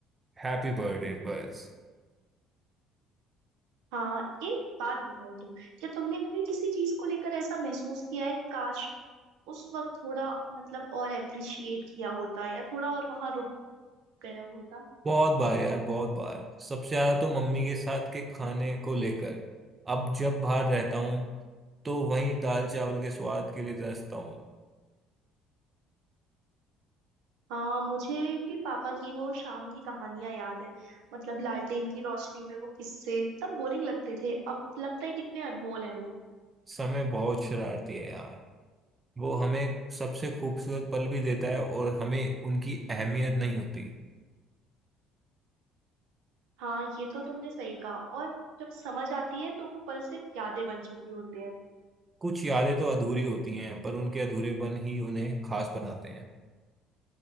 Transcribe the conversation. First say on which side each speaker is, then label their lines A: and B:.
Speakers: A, on the right; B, on the right.
A: हैप्पी बर्थडे बस
B: हाँ एक बात बताओ तुम क्या तुमने कभी किसी चीज को लेकर ऐसा महसूस किया है काश उस वक्त थोड़ा मतलब और अप्रिशिएट किया होता या थोड़ा और वहां रुक गया होता
A: बहुत बार यार बहुत बार सबसे ज्यादा तो मम्मी के साथ के खाने को लेकर अब जब बाहर रहता हूँ तो वहीं दाल चावल के स्वाद के लिए तरसता हूँ
B: हाँ मुझे भी पापा की वो शाम की कहानियां याद है मतलब लालटेन की रोशनी में वो किस्से तब बोरिंग लगते थे अब लगता है कितने अनमोल है वो
A: समय बहुत शरारती है यार वो हमें सबसे खूबसूरत पल भी देता है और हमें उनकी अहमियत नहीं होती
B: हाँ ये तो तुमने सही कहा और जब समझ आती है तो वो पल सिर्फ यादें बन चुके होते हैं
A: कुछ यादें तो अधूरी होती हैं पर उनके अधूरेपन ही उन्हें खास बनाते हैं